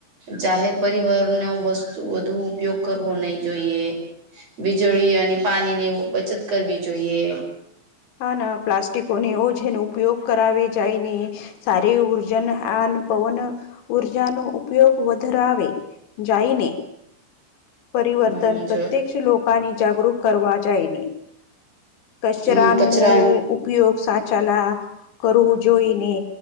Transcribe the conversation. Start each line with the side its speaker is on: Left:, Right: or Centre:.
Right: જાહેર પરિવહ ન વસ્તુ વધુ ઉપયોગ કરવો નહી જોઈએ વીજળી અને પાણી ની બચત કરવી જોઈએ
Left: હા ના પ્લાસ્ટિકોને એવો જેનો ઉપયોગ કરાવે જાયને સારી ઉર્જા આ પવન ઉર્જાનો ઉપયોગ વધરાવે જાયને પરિવર્તન
Right: હમ
Left: પ્રત્યક્ષ
Right: જો
Left: લોકા ની જાગૃત કરવા જાયને કચરા
Right: હમ કચરા
Left: નો ઉપયોગ સાચાલા કરું જોઈને.